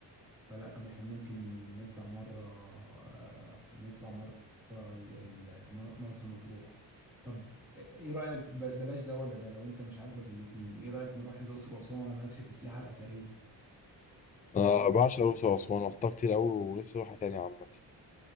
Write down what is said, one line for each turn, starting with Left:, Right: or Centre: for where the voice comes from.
Centre: فلا طب احنا ممكن نطلع مرة آه، نطلع مرة ال- ال- مرسى مطروح طب ايه رأيك ب- بلاش ده ولا ده لو انت مش عاجبك الاتنين ايه رأيك نروح الأقصر وأسوان ولا مالكش في السياحة الأثرية
Left: أنا بعشق الأقصر وأسوان رحتها كتير أوي ونفسي أروحها تاني عامة